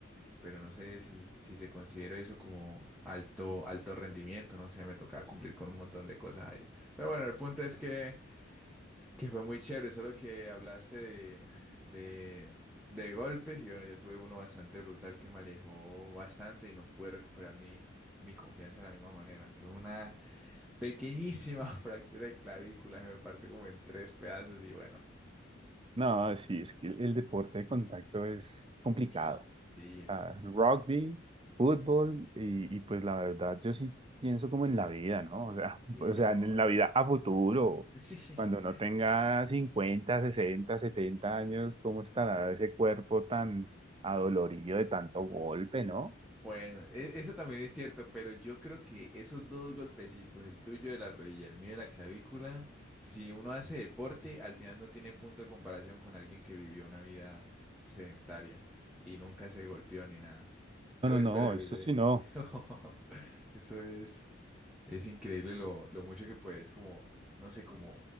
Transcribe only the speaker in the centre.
pero no sé si, si se considera eso como alto, alto rendimiento, no sé, me tocaba cumplir con un montón de cosas ahí. Pero bueno, el punto es que que fue muy chévere, solo que hablaste de, de, de golpes y bueno, yo tuve uno bastante brutal que me alejó bastante y no pude recuperar mi, mi confianza de la misma manera. Tuve una pequeñísima <laughs> fractura de clavícula, se me partió como en tres pedazos y bueno,
uff, sí, es,
sí,
obvio,
¿no?
<laughs> Sí.
Bueno, e- eso también es cierto, pero yo creo que esos dos golpecitos, el tuyo de la rodilla, el mío de la clavícula, si uno hace deporte, al final no tiene punto de comparación con alguien que vivió una vida sedentaria y nunca se golpeó ni nada. Creo
que es
preferible.
<laughs> Eso es, es increíble lo, lo mucho que puedes como, no sé, como